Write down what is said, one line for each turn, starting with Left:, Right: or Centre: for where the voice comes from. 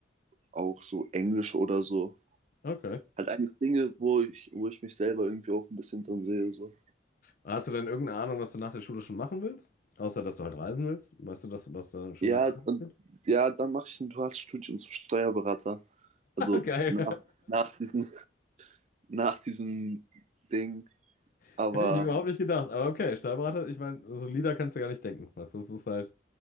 Right: auch so Englisch oder so.
Left: okay.
Right: Halt eigentlich Dinge, wo ich, wo ich mich selber irgendwie auch ein bisschen drin sehe. So.
Left: Hast du denn irgendeine Ahnung, was du nach der Schule schon machen willst? Außer, dass du halt reisen willst? Weißt du, das, was du schon
Right: Ja,
Left: deine
Right: und
Left: <laughs>
Right: ja, dann mache ich ein duales Studium zum Steuerberater. Also
Left: Geil.
Right: nach, nach diesem, <laughs> nach diesem Ding.
Left: <laughs>
Right: Aber
Left: Hätte ich überhaupt nicht gedacht. Aber okay, Steuerberater, ich meine, solider kannst du gar nicht denken. Weißt du, das ist halt